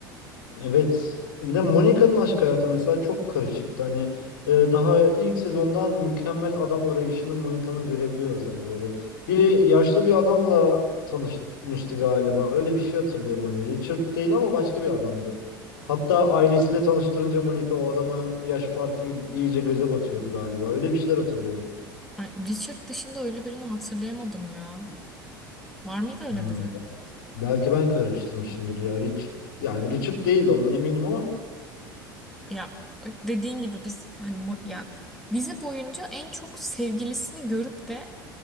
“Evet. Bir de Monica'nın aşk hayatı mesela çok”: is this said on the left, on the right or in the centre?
Left